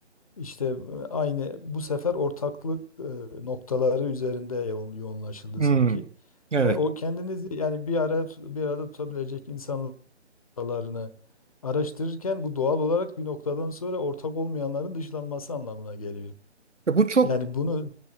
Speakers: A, on the left; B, on the right.
A: İşte e, aynı bu sefer ortaklık e, noktaları üzerinde yoğun- yoğunlaşıldı
B: Hı.
A: sanki.
B: Evet.
A: Hani o kendinizi yani bir araya tut- bir arada tutabilecek insanlar noktalarını araştırırken bu doğal olarak bir noktadan sonra ortak olmayanların dışlanması anlamına geliyor.
B: Ya bu çok
A: Yani bunu